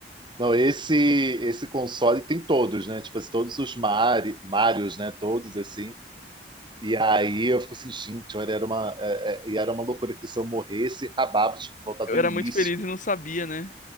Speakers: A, on the right; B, on the left.
A: Não, esse esse console tem todos, né? Tipo, assim, todos os Mari, Marios, né? Todos assim. E aí eu fico assim, gente, olha, era uma, é, é, e era uma loucura que se eu morresse, acabava, tinha que voltar
B: Eu
A: do
B: era
A: início.
B: muito feliz e não sabia, né?